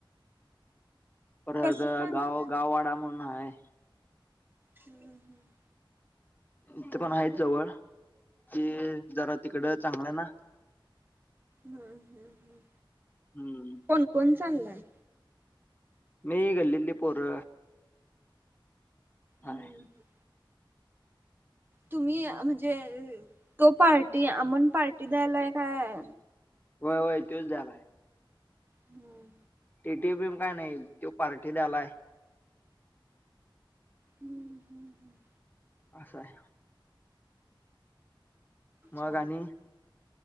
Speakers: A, on the left (about 20°); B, on the right (about 25°).
A: परत
B: कसं जाणार
A: गाव
B: आहे
A: गाववाडा म्हणून हाय.
B: हम्म हम्म.
A: हीथं पण आहेत जवळ ते जरा तिकड चांगलाय ना.
B: हम हम.
A: हम्म
B: कोणकोण चालाय?
A: मी, गल्लीतली पोर. हाय
B: हम्म हम्. तुम्ही म्हणजे, तो पार्टी अमण पार्टी द्यायलाय काय?
A: व्हय व्हय त्योच द्यायलाय.
B: हम्.
A: टीटीएम एम काय नाही त्यो पार्टी द्यायलाय.
B: हम्म हम्म हम्म.
A: आस हाय. मग
B: चाल
A: आणि